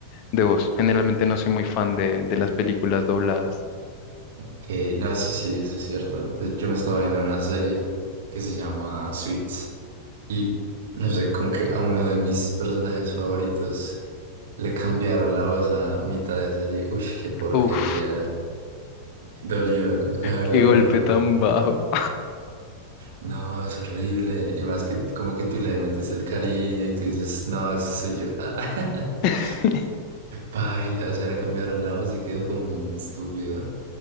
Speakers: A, on the left; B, on the right.
A: de voz. Generalmente no soy muy fan de, de las películas dobladas.
B: ok. No, sí, sí, eso es cierto. De hecho, yo me estaba viendo una serie que se llama Suits y no sé, como que a uno de mis personajes favoritos le cambiaron la voz a mitad de serie. Uy, qué porquería.
A: Uf,
B: Dolió, la verdad
A: qué golpe
B: dolió.
A: tan bajo.
B: No, es horrible. Y más que como que tú le metes el cariño y tú dices, no, eso soy yo. <laughs>
A: <laughs>
B: Baila, o sea, le cambiaron la voz y quedó como un estúpido.